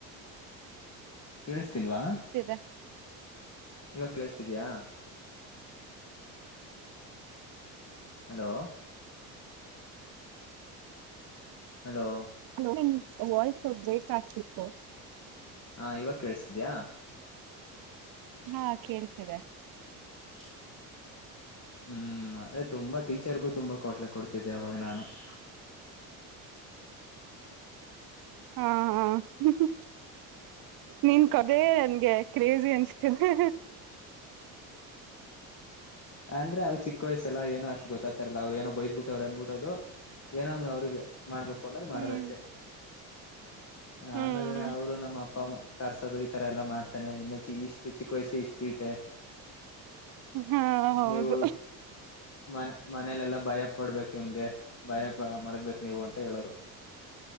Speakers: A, on the left (about 35°); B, on the right (about 55°).
A: ಕೇಳಸ್ತಿಲ್ವಾ.
B: ಇದೆ
A: ಇವಾಗ ಕೇಳಸ್ತಿದಯಾ. ಹಲೋ. ಹಲೋ.
B: ನಿಮ್ ವಾಯ್ಸ್ ಬ್ರೇಕ್ ಆಗ್ತಿತ್ತು.
A: ಹಾ ಇವಾಗ ಕೇಳಸ್ತಿದ್ಯಾ.
B: ಹಾ ಕೇಳ್ತಿದೆ.
A: <inaudible> ಹ್ಮ್ ಅದೇ ತುಂಬಾ ಟೀಚರ್ಗು ತುಂಬಾ ಕ್ವಾಟ್ಲೆ ಕೊಡ್ತಿದ್ದೆ ಅವಾಗ ನಾನು. ಹ್ಮ <inaudible>
B: ಹಾ ಹಾ ಬ್ರೋ. ನಿನ್ ಕದೇ ನನ್ಗೆ ಕ್ರೇಜಿ ಅನಿಸ್ತಿದೆ.
A: ಅಂದ್ರೆ ಅವ ಚಿಕ್ಕ ವಯಸ್ಸಲ್ಲ ಏನೋ ಅಷ್ಟು ಗೊತ್ತಾತಾರಲ್ಲ ಅವ್ರು ಏನೋ ಬಯ ಬಿಟ್ಟೋರ ಅನ್ಬಿಟ್ಟು ಅದು ಏನೋ ಒಂದು ಅವ್ರಿಗೆ ಮಾಡ್ಬೇಕು ಅನ್ನೋದು ಮಾಡೋದಷ್ಟೇ.
B: ಹ್ಮ್ ಹ್ಮ್
A: ಆಮೇಲೆ ಅವ್ರು ನಮ್ಮ ಅಪ್ಪ ಕರ್ಸೋದು ಈತರ ಎಲ್ಲಾ ಮಾಡ್ತಾನನೆ ಇನ್ನು ಚಿ ಇಷ್ಟು ಚಿಕ್ಕ ವಯಸ್ಗೆ ಇಷ್ಟ. ಟೆ
B: ಹಾ ಹೌದು
A: ನೀವು ಮ ಮನೇಲೆೆಲ್ಲ. ಭಯ ಪಡ್ಬೇಕು ಇವನ್ಗೆ ಭಯ ಪ ಮಾಡಬೇಕ ನೀವು ಅಂತ ಹೇಳೋರು.